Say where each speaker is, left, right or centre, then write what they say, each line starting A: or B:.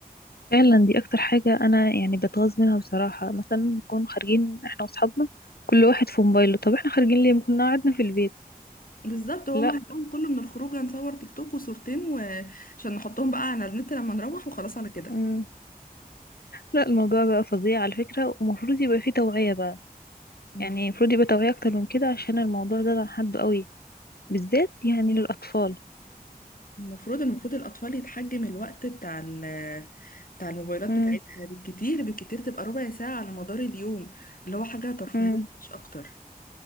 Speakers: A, on the left (about 80°); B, on the left (about 60°).
A: فعلا دي اكتر حاجة انا يعني بتغاظ منها بصراحة مثلا نكون خارجين احنا واصحابنا كل واحد في موبايله طب احنا خارجين ليه ما كنا قعدنا في البيت
B: بالظبط هو
A: لا
B: همهم كله من الخروج هنصور تيك توك وصورتين وعشان نحطهم بقى على النت لما نروح وخلاص على كده
A: مم. لا الموضوع بقى فظيع على فكرة ومفروض يبقى فيه توعية بقى
B: المف-
A: يعني المفروض يبقى توعية اكتر من كده عشان الموضوع زاد عن حده قوي بالذات يعني للأطفال
B: المفروض المفروض الأطفال يتحجم الوقت بتاع ال بتاع الموبايلات
A: امم
B: بتاعتها بالكتير بالكتير تبقى ربع ساعة على مدار اليوم اللي هو حاجة ترفيهية
A: امم
B: مش أكتر